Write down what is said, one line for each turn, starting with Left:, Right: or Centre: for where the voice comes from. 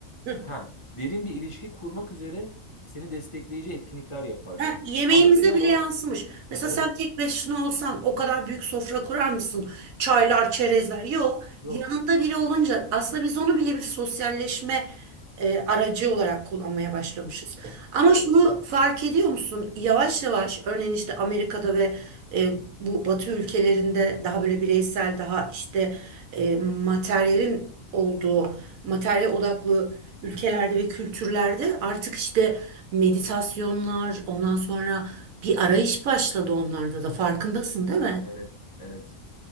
Right: <laughs>
Left: Ha, derin bir ilişki kurmak üzere seni destekleyici etkinlikler yaparsın.
Right: Heh, yemeğimize
Left: Amerika'ya
Right: bile
Left: bak.
Right: yansımış. Mesela
Left: Evet,
Right: sen tek başına olsan o kadar büyük sofra kurar mısın? Çaylar, çerezler. Yok.
Left: Yok.
Right: Yanında biri olunca aslında biz onu bile bir sosyalleşme e, aracı olarak kullanmaya başlamışız. Ama
Left: evet,
Right: şunu fark ediyor musun? Yavaş yavaş örneğin işte Amerika'da ve e, bu Batı ülkelerinde daha böyle bireysel, daha işte e, materyalin olduğu, materyal odaklı ülkelerde ve kültürlerde artık işte meditasyonlar, ondan sonra bir arayış başladı onlarda da. Farkındasın değil mi?
Left: evet, evet.